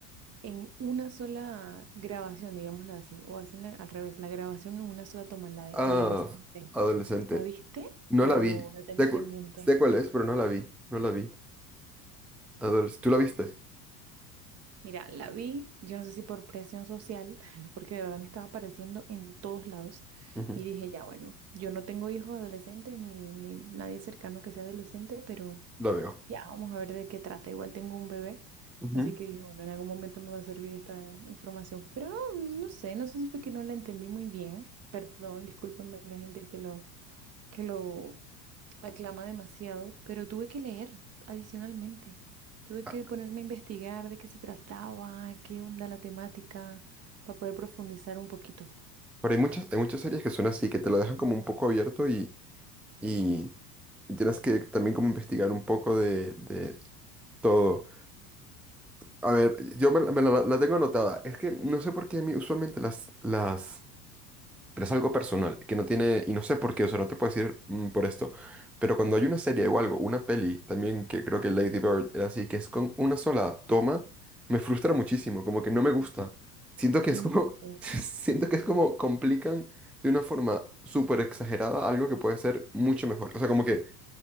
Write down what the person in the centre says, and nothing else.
Ah,
adolescente.
No
la vi.
Sé, cu-
sé cuál es, pero no la vi. No la vi. Adoles- ¿Tú la viste?
Ujú,
La veo.
Ujú.
Ah,
pero hay muchas, hay muchas series que son así, que te lo dejan como un poco abierto y, y, y tienes que también como investigar un poco de, de todo. A ver, yo me, la, me la- la tengo anotada. Es que no sé por qué a mí usualmente las, las... Pero es algo personal, que no tiene... Y no sé por qué, o sea, no te puedo decir mm, por esto. Pero cuando hay una serie o algo, una peli, también que creo que Lady Bird era así, que es con una sola toma, me frustra muchísimo, como que no me gusta. Siento que
es como...
<laughs> Siento que es como complican de una forma súper exagerada algo que puede ser mucho mejor. O sea, como que